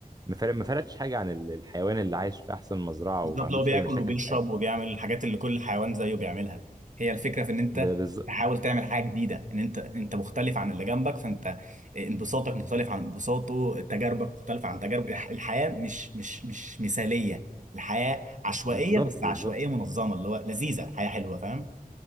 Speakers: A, on the right; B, on the right.
A: ما فرق ما فرقتش حاجه عن ال- الحيوان اللي عايش في احسن مزرعه
B: بالظبط
A: وما عندوش
B: لو بياكل
A: اي مشاكل
B: وبيشرب
A: في حياته
B: وبيعمل الحاجات اللي كل حيوان زيه بيعملها هي الفكره في ان انت
A: ب- بالظ-
B: تحاول تعمل حاجه جديده ان انت انت مختلف عن اللي جنبك فانت انبساطك مختلف عن انبساطه تجاربك مختلفه عن تجارب الح- الحياه مش مش مش مثاليه الحياه عشوائيه
A: بالظبط
B: بس عشوائيه
A: بالظبط
B: منظمه اللي هو لذيذه الحياه حلوه فاهم